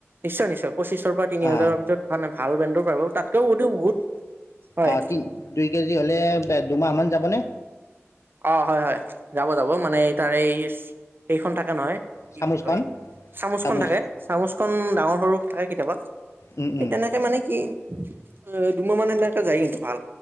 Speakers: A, on the right (about 45°); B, on the left (about 80°).
A: নিশ্চয় নিশ্চয় পঁচিশৰ পৰা তিনি
B: অঁ
A: হাজাৰৰ ভিতৰত মানে ভাল ব্ৰেণ্ডৰ পাব তাতকেও হয়তো বহুত হয়
B: অ তিন দুই কেজি হ'লে দুমাহ মান যাবনে
A: অ হয় হয় যাব যাব মানে তাৰে এই এইখন থাকে নহয় কি
B: চামুচখন
A: বুলি কয়, চামুচখন
B: চামুচ
A: থাকে চামুচখন ডাঙৰ সৰু থাকে কেতিয়াবা।
B: উম,
A: সেই
B: উম,
A: তেনেকে মানে কি অ' দুমাহ মান সেনেকে যায় কিন্তু ভাল।